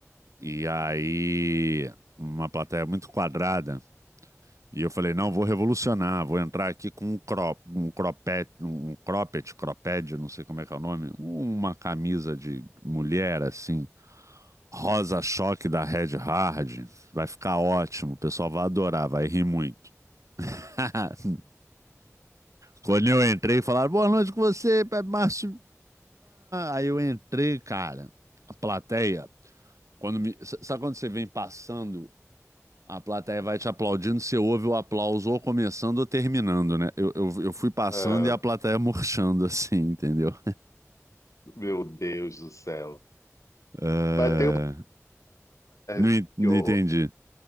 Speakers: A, on the right; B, on the left.
A: E aí, uma plateia muito quadrada. E eu falei, não, vou revolucionar, vou entrar aqui com um crop, um cropet, um cropped, cropped, não sei como é que é o nome, uma camisa de mulher assim, rosa choque da Red Hard, vai ficar ótimo, o pessoal vai adorar, vai rir muito. <laughs> Quando eu entrei, falaram, boa noite com você, é Márcio. Aí eu entrei, cara, a plateia, quando me, sabe quando você vem passando a plateia vai te aplaudindo, você ouve o aplauso ou começando ou terminando, né? Eu, eu, eu fui passando
B: É,
A: e a plateia <laughs> murchando, assim, entendeu?
B: meu Deus do céu.
A: É,
B: Mas tem uma...
A: Não,
B: <laughs>
A: en- não
B: que horror.
A: entendi.